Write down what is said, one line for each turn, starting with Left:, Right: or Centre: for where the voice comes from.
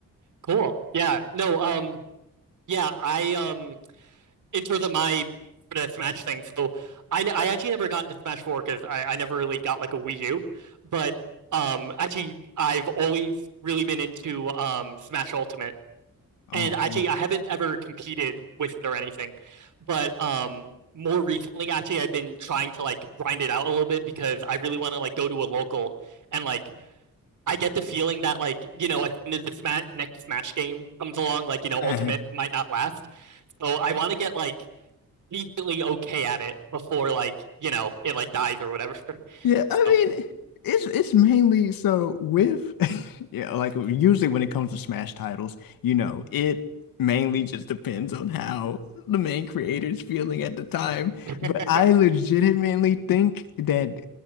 Right: cool. Yeah. No. Um. Yeah. I um. into the my deathmatch thing. So I, I actually never got into Smash Four because I, I never really got like a Wii U. But um, actually, I've always really been into um Smash Ultimate,
Left: oh
Right: and actually, I haven't ever competed with it or anything. But um, more recently, actually, I've been trying to like grind it out a little bit because I really want to like go to a local and like I get the feeling that like you know as soon as the Smash, next Smash game comes along, like you know
Left: man
Right: Ultimate
Left: <laughs>
Right: might not last. So I want to get like decently okay at it before like you know it like dies or whatever. <laughs>
Left: Yeah, I
Right: So,
Left: mean, it's it's mainly so with <laughs> yeah, like usually when it comes to Smash titles, you know, it mainly just depends on how the main creator's feeling at the time.
Right: <laughs>
Left: But I
Right: mm,
Left: legitimately think that